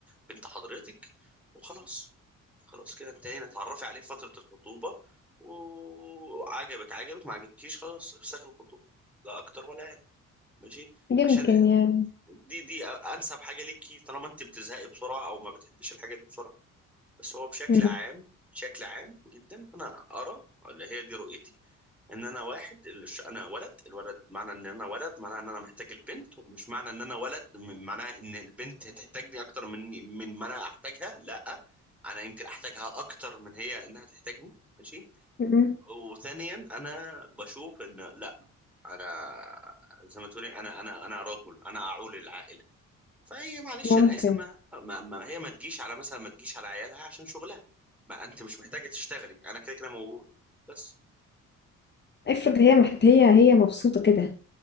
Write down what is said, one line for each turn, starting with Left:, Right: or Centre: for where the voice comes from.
Centre: بنت حضرتك وخلاص خلاص كده انتهينا اتعرفي عليه في فترة الخطوبة وعجبك عجبك ما عجبكيش خلاص افسخ الخطوبة لا اكتر ولا اقل ماشي
Left: يمكن
Centre: عشان
Left: يعني
Centre: دي دي انسب حاجة ليكي طالما انت بتزهقي بسرعة او ما بتحبيش الحاجة دي بسرعة بس هو بشكل
Left: مم.
Centre: عام بشكل عام جدا انا ارى اللي هي دي رؤيتي ان انا واحد اللي ش- انا ولد الولد معنى ان انا ولد معناه ان انا محتاج البنت ومش معنى ان انا ولد م- معناه ان البنت هتحتاجني اكتر من من ما انا احتاجها لا انا يمكن احتاجها اكتر من هي انها تحتاجني ماشي
Left: مم.
Centre: وثانيا انا بشوف ان لا انا زي ما تقولي انا انا انا رجل انا اعول العائله فهي معلش
Left: ممكن
Centre: انا اسف ما, ما, ما هي ما تجيش على مثلا ما تجيش على عيالها عشان شغلها ما انت مش محتاجه تشتغلي انا كده كده موجود بس
Left: افرض هي محت... هي هي مبسوطة كده